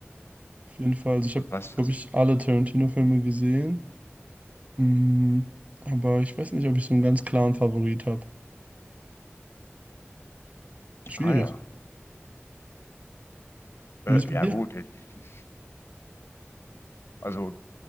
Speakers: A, on the right; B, on the left.
A: Auf jeden Fall. Also ich
B: Und
A: habe,
B: was?
A: glaube ich, alle Tarantino-Filme gesehen. Mm, aber ich weiß nicht, ob ich so einen ganz klaren Favorit habe. Schwierig.
B: Ah ja. Äh,
A: Und Wie ist bei
B: ja
A: dir?
B: gut, äh, die- die- also